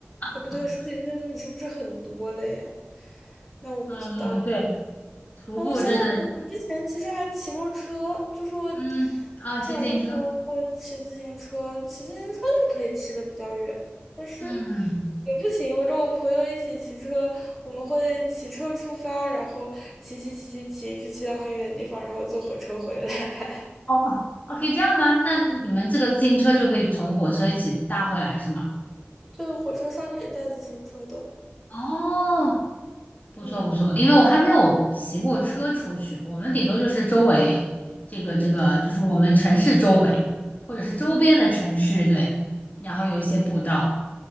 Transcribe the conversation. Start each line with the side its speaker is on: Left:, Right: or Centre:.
Left: 啊
Centre: 哎，不对，十几天你是不是很多了呀？那我不知道
Left: 嗯，对。徒步真的，
Centre: 啊，我想想，我我之前其实还骑过车，就是我之
Left: 嗯，啊，骑自行车，
Centre: 前的时候会骑自行车，骑自行车就可以骑的比较远，但是
Left: 嗯，
Centre: 也不行。我跟我朋友一起骑车，我们会骑车出发，然后骑骑骑骑骑，一直骑到很远的地方，然后坐火车回来。
Left: 哦哦，哦，可以这样吗？那你们这个自行车就可以从火车一起搭回来是吗？
Centre: <laughs> 对，火车上这以带自行车的。
Left: 哦，不错不错，
Centre: 嗯
Left: 因为我还没有骑过车出去，我们顶多就是周围，这个这个就是我们城市周围，
Centre: 嗯，它
Left: 或者是周边的城市，
Centre: 嗯。
Left: 对，然后有一些步道，